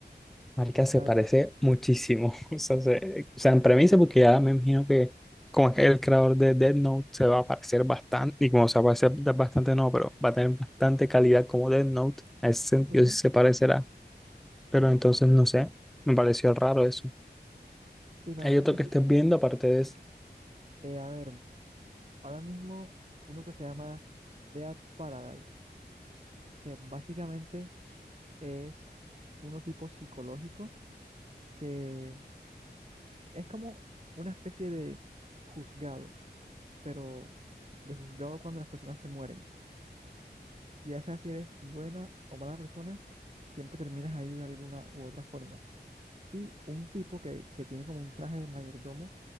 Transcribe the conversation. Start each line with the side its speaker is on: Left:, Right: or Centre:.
Centre: Marica, se
Right: La
Centre: parece
Right: verdad
Centre: muchísimo. <laughs> O sea, se- o sea, en premisa, porque
Right: es
Centre: ya
Right: que
Centre: me imagino que como es el creador de Death Note, se va a parecer bastante, y como se va a parecer da- bastante, no, pero va a tener bastante calidad como Death Note. En ese sentido
Right: sí,
Centre: sí se parecerá. Pero entonces, no sé, me pareció raro eso.
Right: sí, la
Centre: Hay
Right: verdad
Centre: otro
Right: es que
Centre: que estés
Right: sí.
Centre: viendo, aparte de eso.
Right: Eh, a ver, ahora mismo uno que se llama Dead Paradise, que básicamente es uno tipo psicológico, que es como una especie de juzgado, pero de juzgado cuando las personas se mueren. Ya sea si eres buena o mala persona, siempre terminas ahí de alguna u otra forma. Y un tipo que, que tiene como un traje de mayordomo